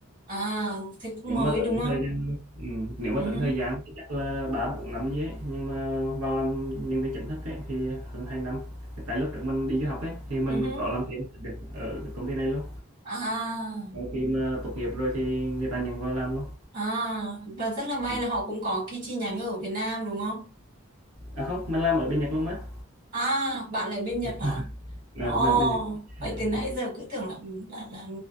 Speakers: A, on the right; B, on the right.
A: à thì cũng
B: Nếu
A: mới
B: mà tính
A: đúng không
B: thời gian ừm, nếu mà
A: ừ, hứ,
B: tính thời gian thì chắc là 3-4 năm gì ấy, nhưng mà vào làm nhân viên chính thức ấy thì hơn 2 năm. Thì Tại lúc đó mình đi du học ấy thì mình
A: ừ, hứ.
B: có làm thêm việc ở công ty này luôn.
A: à
B: Sau khi mà tốt nghiệp rồi thì người ta nhận vào làm luôn.
A: à và rất là may
B: Ừm.
A: là họ cũng có cái chi nhánh ở Việt Nam đúng không
B: À không, mình làm ở bên Nhật luôn mà.
A: à bạn ở bên
B: <laughs>
A: Nhật hả?
B: À,
A: ồ
B: mình ở bên Nhật.
A: vậy
B: Ừ,
A: từ nãy
B: ừ.
A: giờ cứ tưởng là là, là